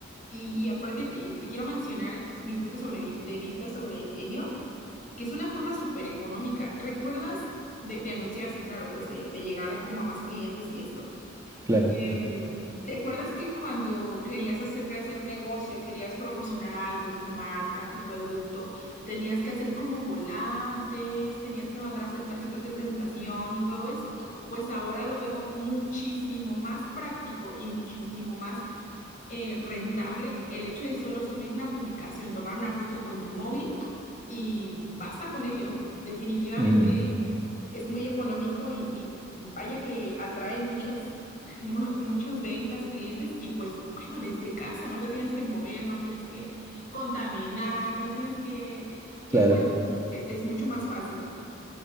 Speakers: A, on the left; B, on the right.
A: Y, y aparte te, te quiero mencionar mi punto sobre, vi- de vista sobre ello, que es una forma súper económica. ¿Recuerdas de, de anunciarse, claro, pues de, de llegar a como a más clientes y esto?
B: Claro,
A: Em, ¿te acuerdas que cuando querías hacer crecer un negocio, querías promocionar algo, tu marca, tu producto, tenías que hacer como volantes, tenías que mandar a hacer tarjetas de presentación y todo eso? Pues ahora lo veo muchísimo más práctico y muchísimo más eh, rentable el hecho de solo subir una publicación, tomar una foto con tu móvil y basta con ello. Definitivamente
B: Mm,
A: es muy económico y, y vaya que atrae muchas, <laughs> mu- muchas ventas, clientes y pues bueno, desde casa no te tienes que mover, no tienes que contaminar, no tienes que, eh,
B: claro.
A: bueno, e- es mucho más fácil.